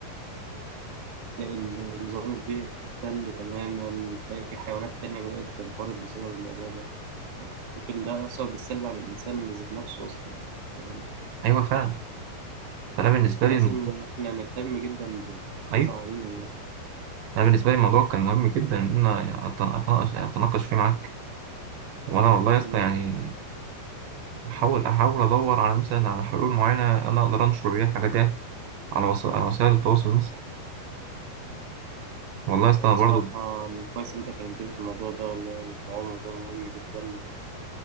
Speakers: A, on the right; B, on the right.
A: تلاقي النظام البيئي اختل تماما تلاقي في حيوانات تانية بدأت تنقرض بسبب الموضوع ده يعني ممكن ده يأثر بالسلب على الإنسان ذات نفسه أصلا يعني
B: أيوة فعلا فأنا بالنسبة
A: لازم
B: لي الم-
A: إن إحنا نهتم جدا بالحفاظ
B: أيوة
A: عليهم يعني
B: أنا بالنسبة لي الموضوع كان مهم جدا إن أنا أتنا- أتناقش أتناقش فيه معاك وأنا والله يا اسطى
A: مم.
B: يعني أحاول أحاول أدور على مثلا على حلول معينة أنا أقدر أنشر بيها الحاجات ديت على وسائل على وسائل التواصل مثلا والله
A: آه،
B: يا اسطى أنا
A: بصراحة
B: برضه
A: كويس إن أنت كلمتني في الموضوع ده والله هو موضوع مهم جدا